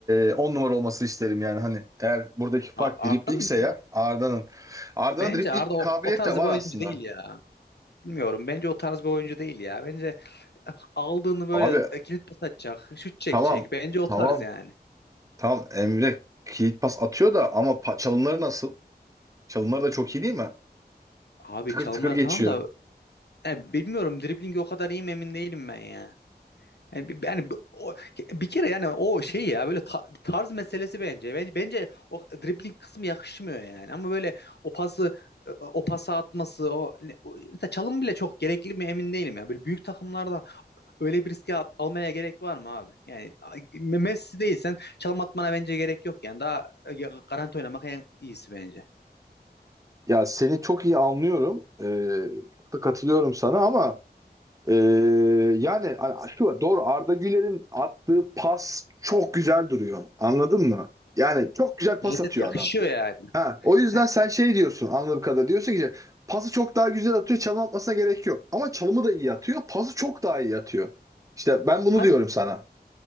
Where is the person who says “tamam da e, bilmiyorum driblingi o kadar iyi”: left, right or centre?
Left